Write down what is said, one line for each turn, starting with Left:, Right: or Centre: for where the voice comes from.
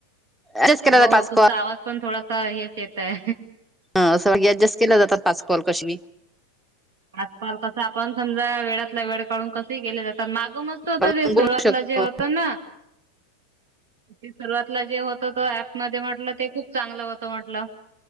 Centre: ऍडजस्ट केला
Right: हो
Centre: जातो पाच
Right: तुमचा
Centre: कॉल
Right: आवाज पण थोडासा हेच येतय.
Centre: ह असं ऍडजस्ट के जात पाच कॉल कशी बी
Right: आजकाल कसं आपण समजा वेळातला वेळ काढून कसही गेले जातात माग मग त
Centre: आपण
Right: ते सुरुवातला
Centre: बोलू शकतो
Right: जे होत ना. ते सुरवातीला जे होत ऍपमध्ये म्हटलं ते खूप चांगलं होतं म्हटलं.